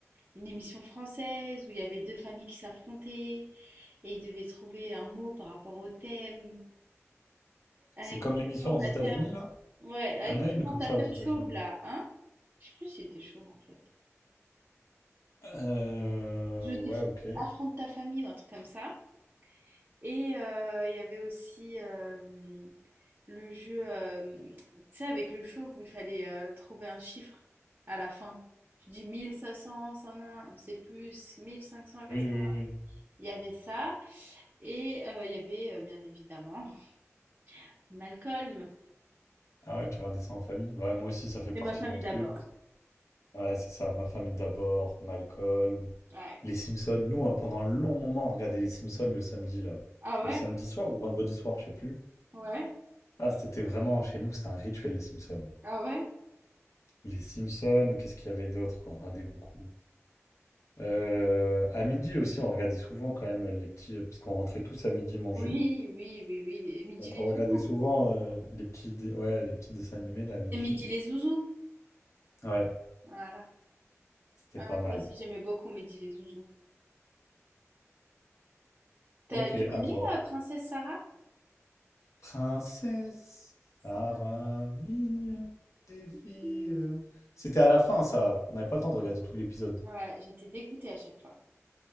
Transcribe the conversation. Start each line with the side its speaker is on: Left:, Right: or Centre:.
Right: une émission française où il y avait deux familles qui s'affrontaient et ils devaient trouver un mot par rapport au thème avec
Left: C'est comme
Right: le
Left: l'émission
Right: présentateur.
Left: aux États-Unis, là?
Right: Ouais, avec
Left: Il y en a
Right: le présentateur
Left: une comme ça aux États-Unis.
Right: chauve là, hein? Je sais plus s'il était chauve en fait.
Left: Euh,
Right: Je déf-
Left: ouais, ok.
Right: affronte ta famille ou un truc comme ça. Et euh, il y avait aussi euh, le jeu, euh, tu sais, avec le chauve où il fallait euh, trouver un chiffre à la fin. Tu dis 1500, ça un, c'est plus, 1500, 400.
Left: Oui, oui, oui.
Right: Il y avait ça. Et euh, il y avait, euh, bien évidemment, <laughs> Malcolm.
Left: Ah ouais, tu regardais ça en famille? Ouais, moi aussi, ça fait
Right: Et
Left: partie
Right: ma famille
Left: de mon truc.
Right: d'abord.
Left: Ouais, c'est ça, Ma famille d'abord, Malcolm,
Right: Ouais.
Left: Les Simpsons. Nous, hein, pendant un long moment, on regardait Les Simpsons le samedi, là.
Right: Ah ouais?
Left: Le samedi soir ou vendredi soir, je sais plus.
Right: Ouais.
Left: Ah, c'était vraiment, chez nous, c'était un rituel, Les Simpsons.
Right: Ah ouais?
Left: Les Simpsons, qu'est-ce qu'il y avait d'autre qu'on regardait beaucoup? Euh, à midi aussi, on regardait souvent quand même les petits... euh, Parce qu'on rentrait tous à midi manger.
Right: Oui, oui, oui, oui. les- Midi
Left: Donc
Right: les
Left: on
Right: zouzous.
Left: regardait souvent euh, les petits, dé- ouais, les petits dessins animés, là, à midi.
Right: Et Midi les zouzous.
Left: Ouais,
Right: Voilà.
Left: c'était
Right: Ah,
Left: pas mal.
Right: moi aussi, j'aimais beaucoup Midi les zouzous. T'as-
Left: Ok,
Right: tu connais
Left: à toi.
Right: euh, Princesse Sarah?
Left: Princesse
Right: Sarah,
Left: Sarah, mignonne des filles.
Right: petite fille.
Left: C'était à la fin, ça. On n'avait pas le temps de regarder tout l'épisode.
Right: Ouais, j'étais dégoûtée à chaque fois.